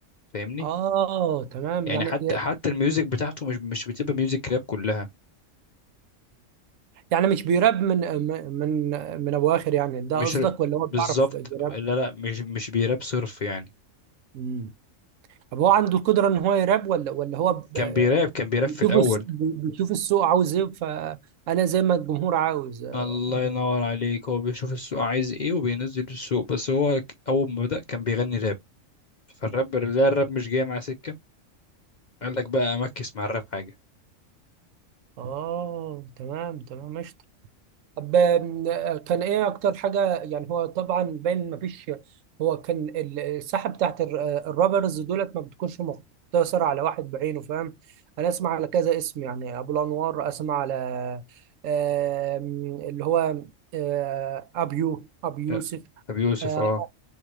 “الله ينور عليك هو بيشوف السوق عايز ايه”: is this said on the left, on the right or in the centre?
Left